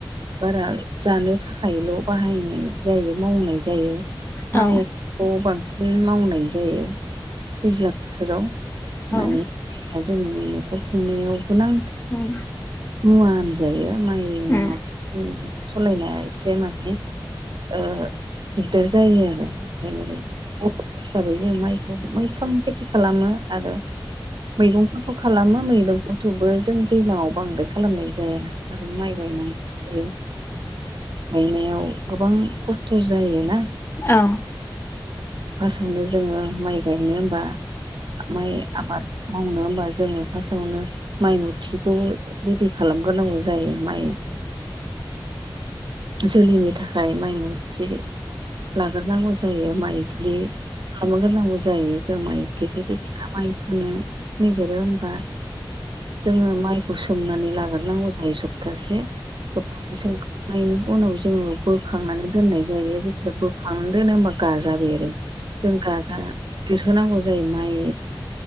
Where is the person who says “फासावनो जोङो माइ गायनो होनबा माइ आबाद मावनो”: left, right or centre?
Right